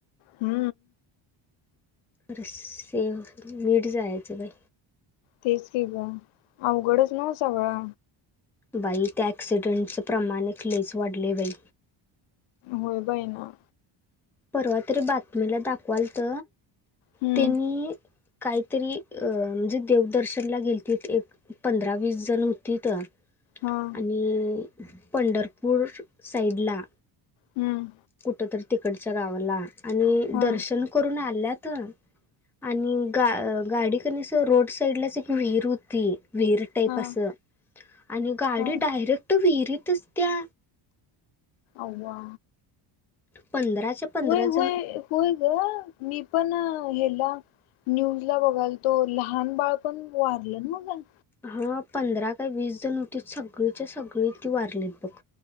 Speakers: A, on the left; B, in the centre.
A: हम!
B: खर सेव नीट जायचं बाई.
A: तेच क ग अवघडच न व सगळा.
B: बाई त्या एक्सीडेंटच प्रमाणलेच लय वाढले बाई.
A: होय बाय न.
B: परवा तरी बातमीला दाखवाल त
A: हम्म
B: त्यांनी काय तरी अ म्हणजे देवदर्शनल गेलत एक पंधरा वीस जण होती त
A: हा.
B: आणि पंढरपूर साईडला
A: हम्म!
B: कुठ तरी तिकडच्या गावाला आणि
A: हा
B: दर्शन करून आल्यात आणि गा गाडी क अस रोड साईड लाच एक वि्हीर होती. विहिरी टाईप
A: हा
B: असं. आणि गाडी
A: हा.
B: डायरेक्ट विहिरीतच त्या.
A: अवा.
B: पंधराच्या पंधरा
A: होय होय
B: जण
A: होय ग मी पण. हला न्यूज ला बघायल तो लहान बाळ पण वारलं नव्ह ग...
B: हा पंधरा काय वीस जण होते सगळीच्या सगळी ती वारलीत बघ....